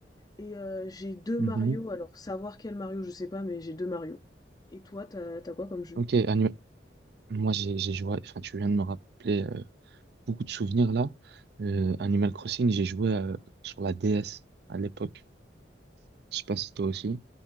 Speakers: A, on the left (about 20°); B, on the right (about 60°).
A: et euh, j'ai deux
B: Mhm.
A: Mario. Alors savoir quel Mario, je sais pas, mais j'ai deux Mario. Et toi, t'as t'as quoi comme jeu?
B: Ok. Ani- Moi, j'ai j'ai joué. Enfin, tu viens de me rappeler euh, beaucoup de souvenirs là. Euh, Animal Crossing, j'ai joué euh, sur la DS à l'époque. Je sais pas si toi aussi.